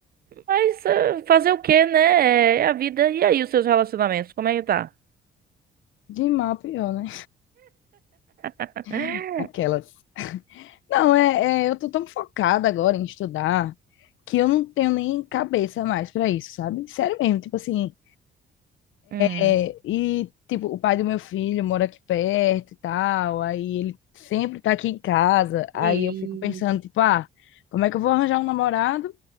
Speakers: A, on the right; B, on the left.
A: Mas eh, fazer o quê, né? É a vida. E aí, os seus relacionamentos, como é que tá?
B: De mal, pior, né?
A: <laughs>
B: <laughs> Aquelas. Não, é, é, eu tô tão focada agora em estudar que eu não tenho nem cabeça mais pra isso, sabe? Sério mesmo, tipo assim,
A: Hum.
B: é, e tipo, o pai do meu filho mora aqui perto e tal, aí ele sempre tá aqui em casa, aí
A: E
B: eu fico pensando, tipo, ah, como é que eu vou arranjar um namorado